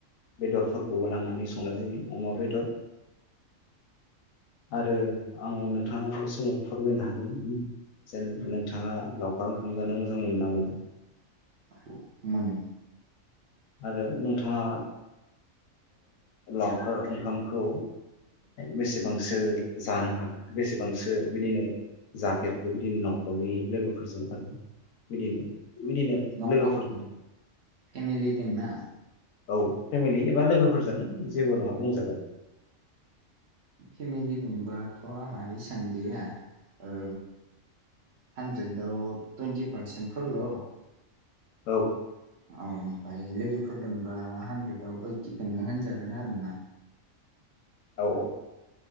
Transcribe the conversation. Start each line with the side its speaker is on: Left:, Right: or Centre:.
Left: बेदरफोरखौबो लांनानै संनाय जायो अमा बेदर आरो आं नोंथाङा बे <unintelligible> फोरमायनो हागोन। जेन नोंथाङा लावखार ओंखाम जानो मोजां मोनो ना मोना?
Right: औ मानो।
Left: आरो नोंथाङा लावखार ओ ओंखामखौ बेसेबांसो जानो हाखो बेसेबांसो बिदिनो जाफेरखो? बिदिनो नखरनि लोगोफोरजों आरो बिदिनो बिदिनो
Right: नखर
Left: लोगोफोरजों
Right: फेमिलि दोंना?
Left: औ फेमिलि एबा लोगोफोरजों जेबो नङा बुंजागोन।
Right: फेमिलि दोंबाथ' आंहा इसां गैया ओ हानद्रेदाव टुइन्टि पारसेन्टफोरल
Left: औ
Right: औ ओमफ्राय लोगोफोरदोंबा हानद्रेदाव ओइटिखौनो होनजागोन आरो ना।
Left: औ -औ